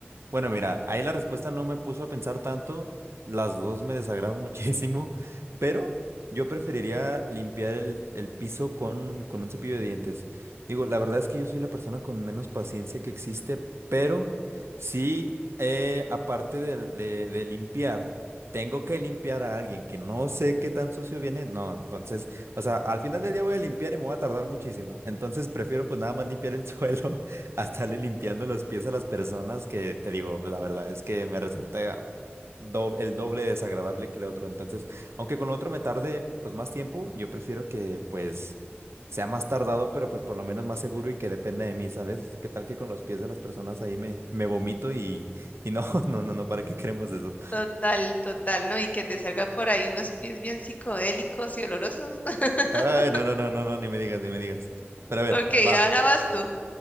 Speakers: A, on the right; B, on the left.
A: Bueno, mira, ahí la respuesta no me puso a pensar tanto. Las dos me desagradan <laughs> muchísimo, pero yo preferiría limpiar el, el piso con, con un cepillo de dientes. Digo, la verdad es que yo soy la persona con menos paciencia que existe, pero sí, eh, aparte de, de, de limpiar, tengo que limpiar a alguien que no sé qué tan sucio viene. No, entonces, o sea, al final del día voy a limpiar y me voy a tardar muchísimo. Entonces prefiero pues nada más limpiar el <laughs> suelo a estarle limpiando los pies a las personas que te digo, la verdad es que me resulta do- el doble desagradable que el otro. Entonces, aunque con lo otro me tarde pues más tiempo, yo prefiero que pues sea más tardado, pero pues por lo menos más seguro y que dependa de mí, ¿sabes? ¿Qué tal que con los pies de las personas ahí me, me vomito y, y no, <laughs> no, no, no, ¿para qué queremos eso?
B: Total, total, ¿no? Y que te salga por ahí unos pies bien psicodélicos y olorosos. <laughs>
A: Ay, no, no, no, no, no, ni me digas, ni me digas. Pero a ver,
B: Ok,
A: va,
B: ahora vas tú.